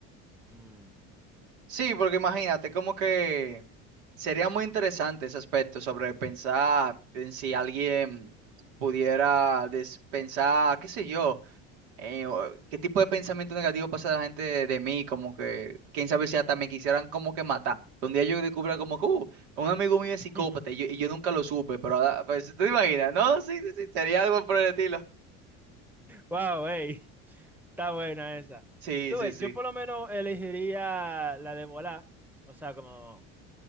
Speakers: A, in the centre; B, on the right.
A: Mm.
B: Sí, porque imagínate, como que sería muy interesante ese aspecto sobre pensar en si alguien pudiera des- pensar, qué sé yo. eh, o- ¿qué tipo de pensamiento negativo pasa de la gente de, de mí? Como que, quién sabe si hasta me quisieran como que matar. Un día yo descubra como que, uh, un amigo mío es
A: <laughs>
B: psicópata y yo, y yo nunca lo supe, pero ahora, pues, ¿tú te imaginas? No, sí, sí, sí, sería algo por el estilo.
A: Wow, ey, está buena esa.
B: Sí,
A: Tú
B: sí,
A: ves,
B: sí.
A: yo por lo menos elegiría la de volar. O sea, como,